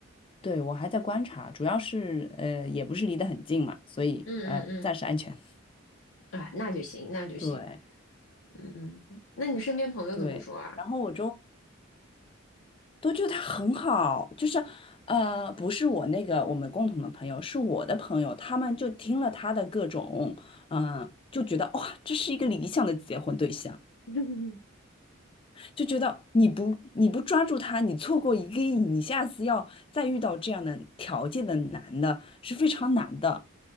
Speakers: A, on the left; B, on the left.
A: 对，我还在观察，主要是呃，也不是离得很近嘛，所以呃，
B: 嗯嗯
A: 暂时安全。
B: 嗯，啊，那就行，
A: <laughs>
B: 那就行。
A: 对
B: 嗯嗯，那你身边朋友怎么说啊？
A: 对，然后我周都觉得他很好，就是呃，不是我那个我们共同的朋友，是我的朋友，他们就听了他的各种，嗯、就觉得哇，这是一个理想的结婚对象。
B: <laughs>
A: 就觉得你不你不抓住他，你错过一个亿，你下次要再遇到这样的条件的男的是非常难的。